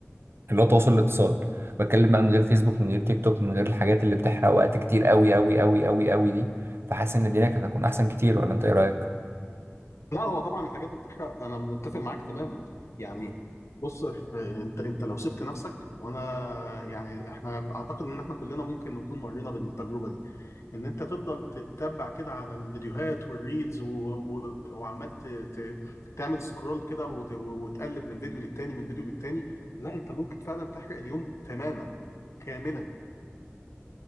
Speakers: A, on the right; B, on the left.
A: اللي هو تواصل الاتصال بتكلم بقى من غير فيسبوك من غير تيك توك من غير الحاجات اللي بتحرق وقت كتير قوي قوي قوي قوي قوي دي فحاسس ان الدنيا كانت هتكون احسن كتير ولا انت ايه رايك
B: لا هو طبعا الحاجات دي بتحرق انا متفق معاك تماما يعني بص ف- انت انت لو سبت نفسك وانا يعني احنا اعتقد ان احنا كلنا ممكن نكون مرينا بالتجربه دي ان انت تفضل تتبع كده على الفيديوهات والريلز و... و... وعمال ت... ت... تعمل سكرول كده وت... وتقلب من فيديو للتاني من فيديو للتاني لا انت ممكن فعلا تحرق اليوم تماما كاملا